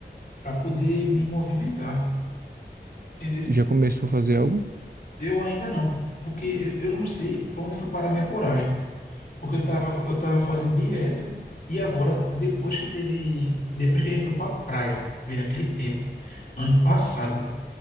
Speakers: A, on the left (about 50°); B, on the right (about 60°).
A: para poder me movimentar, entendeu?
B: já começou a fazer algo?
A: Eu ainda não, porque eu, eu não sei para onde foi parar minha coragem. porque eu tava, eu tava fazendo direto e agora, depois que teve, depois que a gente foi pra praia, veio naquele tempo, ano passado,